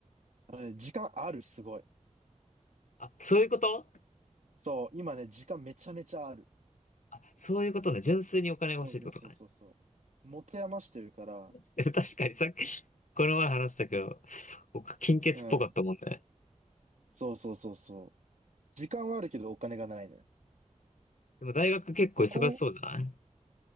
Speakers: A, on the right (about 70°); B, on the left (about 75°).
A: あのね、時間ある、すごい。
B: あ、そういうこと
A: そう、今ね、時間めちゃめちゃある。
B: あ、そういうことね。純粋にお金が欲しいってことね。
A: そうそうそうそうそう。持て余してるから、
B: <laughs> え確かにさっき、この前話したけど、僕、金欠っぽかったもんね。
A: うん。そうそうそうそう。時間はあるけどお金がないね。
B: でも大学結構忙しそうじゃない
A: まあ、こん、